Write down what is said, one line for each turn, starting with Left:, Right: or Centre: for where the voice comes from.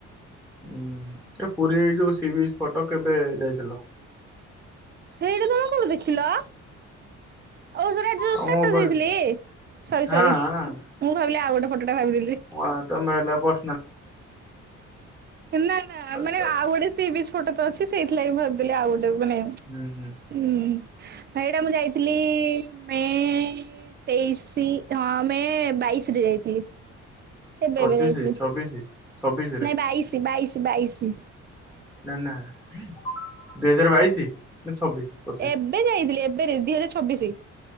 Centre: ହୁଁ ଏ ପୁରୀ ଏ ଯୋଉ ସିିବିଜି ଫଟ କେବେ ଯାଇଥିଲ।
Right: ହେଇଠି ତମେ କୋଉଠୁ ଦେଖିଲ। ଆଉ ସ ଆଜି ଯୋଉଁ
Centre: ତମ
Right: ଟାଟାସ
Centre: ମୋବାଇଲ
Right: ଦେଇଥିଲି ସରି
Centre: ହଁ।
Right: ସରି ମୁଁ ଭାବିଲି ଆଉ ଗୋଟେ ଫଟଟା ଭାବିଦେଲି।
Centre: <inaudible> ଛାଡ
Right: ନା ନା
Centre: ଛାଡ।
Right: <unintelligible> ସି ବିଚ୍ ଫୋଟ ତ ଅଛି ସେଇଥିଲାଗି ଭାବିଦେଲି ଆଉ ଗୋଟେକୁ <unintelligible>
Centre: ହୁଁ ହୁଁ।
Right: ଉୁଁ ହେଇଟା ମୁଁ ଯାଇଥିଲି ମେ- ଏ - ତେଇଶି ହଁ ମେଂ ବାଇଶରେ ଯାଇଥିଲି। ଏବେ
Centre: ପଚିଶି
Right: ଏବେ ଯାଇଥିଲି
Centre: ଛବିଶି ଛବିଶିରେ
Right: ନାଇଁ ବାଇଶ ବାଇଶ ବାଇଶ।
Centre: ନା ନା ଦୁଇ ହଜାର ବାଇଶି ନା ଛବିଶ? ପଚିଶି
Right: ଏବେ ଯାଇଥିଲି ଏବେରେ ଦି ହଜାର ଛବିଶି